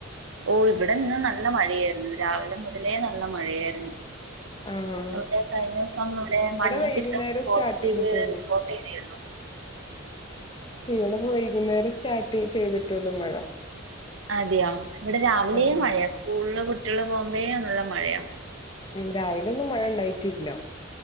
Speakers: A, on the right; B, on the left.
A: ഓ ഇവിടെ ഇന്ന് നല്ല മഴയായിരുന്നു രാവിലെ മുതലേ നല്ല മഴയായിരുന്നു
B: ആഹ്
A: ഇവിടെ കഴിഞ്ഞ ദിവസം ഇവിടെ മഞ്ഞപ്പിത്തം
B: വൈകുന്നേരം
A: പോസിറ്റീവ്
B: സ്റ്റാർട്ട് ചെയ്തിട്ടുള്ളൂ
A: റിപ്പോർട്ട് ചെയ്തിരുന്നു
B: ഇവിടെ വൈകുന്നേരം സ്റ്റാർട്ട് ചെയ്തിട്ടുള്ളു മഴ
A: അതെയോ ഇവിടെ രാവിലെയും
B: ആഹ്
A: മഴയാ സ്കൂളില് കുട്ടികള് പോകുമ്പോഴേ നല്ല മഴയാ
B: രാവിലെ ഒന്നും മഴ ഉണ്ടായിട്ടില്ല